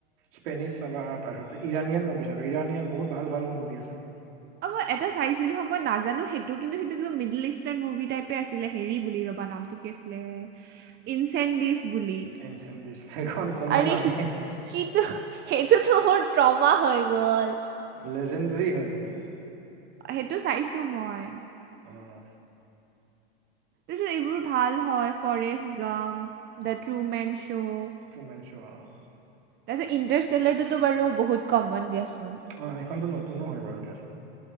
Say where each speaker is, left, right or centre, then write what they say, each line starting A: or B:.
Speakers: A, on the right; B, on the right.
A: স্পেনিছ চাবা তাৰপিছত ইৰাণিয়ান মুভি চাবা, ইৰাণিয়ান বহুত ভাল ভাল মুভি আছে।
B: অ' মই এটা চাইছিলো হা, মই নাজানো সেইটো কিন্তু সেইটো কিবা মিডিল ইষ্ট টাৰ মুভি টাইপে আছিলে হেৰি বুলি ৰ'বা নামটো কি আছিলে ইনচেনডিচ বুলি।
A: এনচেণ্ট ডিছ সেইখন কমন
B: আৰে
A: হয়
B: সি-সিটো সেইটোতো মোৰ ট্ৰমা হৈ গ'ল।
A: লেজেণ্ডৰৰি হয় মানে।
B: সেইটো চাইছোঁ মই।
A: অঁ।
B: তাৰপিছত এইবোৰ ভাল হয় ফৰেষ্ট গাম, দা ট্ৰুমেন শ্ব'।
A: ট্ৰুমেণ্ছো অঁ।
B: তাৰপিছত ইন্টাৰ ষ্টেলাৰটোতো বাৰু বহুত কমন দিয়াচোন।
A: অ সেইখনতো নতুনো হয় বাৰু দিয়াচোন